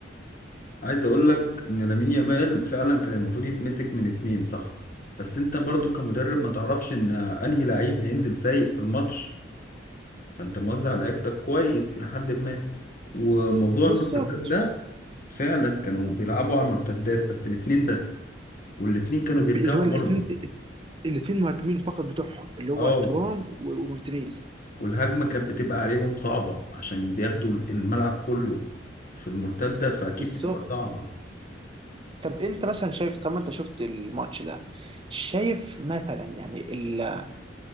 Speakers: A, on the left (about 45°); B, on the right (about 30°).
A: عايز اقول لك ان لامين يامال فعلا كان المفروض يتمسك من اتنين صح بس انت برضو كمدرب ما تعرفش ان انهي لعيب هينزل فايق في الماتش فانت موزع لعيبتك كويس الى حد ما وموضوع
B: بالظبط
A: المرتدات ده فعلا كانوا بيلعبوا على المرتدات بس باتنين بس والاتنين كانوا
B: اللي
A: بيرجعوا
B: هو الاتنين-
A: برضو
B: الاثنين مهاجمين فقط بتوعهم اللي هو
A: اه
B: ترام و- ومارتينيز
A: والهجمة كانت بتبقى عليهم صعبة عشان بياخدوا الملعب كله في المرتدة فأكيد
B: بالظبط
A: بتبقى صعبة
B: طب انت مثلا شايف طب ما انت شفت الماتش ده شايف مثلا يعني ال-